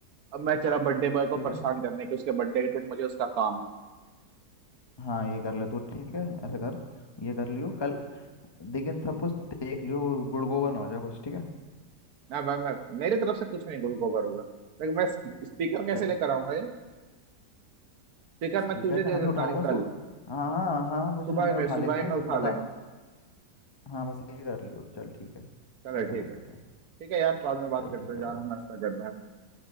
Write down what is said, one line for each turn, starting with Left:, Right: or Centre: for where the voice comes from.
Right: अब मैं चला बर्थडे बॉय को
Left: ठीक
Right: परेशान
Left: है
Right: करने के उसके बर्थडे के दिन मुझे उसका काम है
Left: हाँ ये कर ले तू ठीक है ऐसा कर ये कर लियो कल लेकिन सब कुछ देख लियो वो गुड़गोबर ना हो जाए कुछ ठीक है
Right: ना भाई मैं मेरी तरफ से कुछ नहीं गो- गोबर होगा लेकिन मैं स्पीकर कैसे
Left: च-
Right: लेकर आऊंगा ये स्पीकर
Left: स्पीकर
Right: मैं तुझे
Left: का
Right: दे
Left: हम ही
Right: देता
Left: उठा लेंगे
Right: हूँ
Left: बस
Right: कल
Left: तू हाँ हाँ हाँ मुझे
Right: सुबह
Left: हमें उठा
Right: में सुबह
Left: लेंगे बस
Right: में उठा
Left: बता
Right: लेंगे
Left: हाँ बस ये कर लियो चल ठीक है
Right: चलो
Left: ऐसा
Right: ठीक
Left: कर
Right: है
Left: लेते हैं
Right: ठीक है यार बाद में बात
Left: चल
Right: करते
Left: ठीक
Right: हैं
Left: है
Right: जा
Left: भाई
Right: रहा हूँ नाश्ता करने